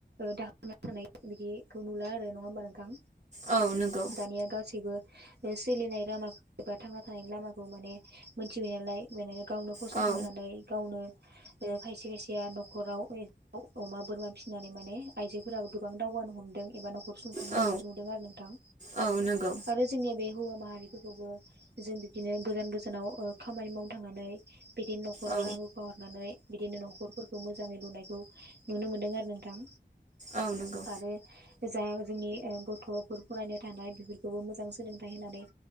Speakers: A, on the right; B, on the right.
A: दाहोना थानाय बिदिखौ नुला आरो नङा होमबा नोंथां?
B: औ नंगौ
A: दानिया गासैबो सोलिनाय लामा एबा थांना थानायनि लामाखौ माने मोनथिबाय नालाय माने गावनो खस्थ'
B: औ
A: खालामनानै गावनो खायसे खायसेया न'खराव अमा बोरमा फिसिनानै माने आइजोफोराबो गोबां दावगानो हमदों एबा न'खर सुंथानो
B: औ
A: हानायखौ नुदों आरो नोंथां
B: औ नंगौ
A: आरो जोंनिया बे हौवा माहारिफोरखौबो जों बिदिनो गोजान गोजानाव ओ खामानि मावनो थांनानै बिदिनो न'खराव
B: औ
A: रां रुखा हरनानै बिदिनो न'खर फोरखौ मोजाङै लुनायखौ नुनो मोनदों आरो नोंथां
B: औ नंगौ
A: आरो जा जोंनि ओ गथ'फोर फरायनो थानाय बेफोरखौबो मोजां सोलोंथाइ होनानै